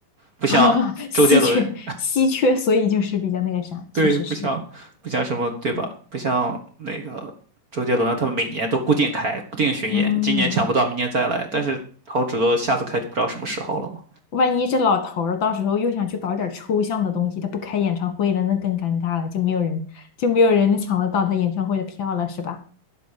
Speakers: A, on the right (about 40°); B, on the left (about 45°).
A: 不像周杰伦，
B: <laughs> 稀缺稀缺，所以就是比较那个啥，
A: 对，
B: 确实是这样。
A: 不像不像什么对吧？不像那个周杰伦啊，他们每年都固定开固定巡演，
B: 嗯，
A: 你今年抢不到，明年再来，但是陶喆下次开就不知道什么时候了嘛。
B: 万一这老头儿到时候又想去搞点抽象的东西，他不开演唱会了，那更尴尬了，就没有人就没有人抢得到他演唱会的票了，是吧？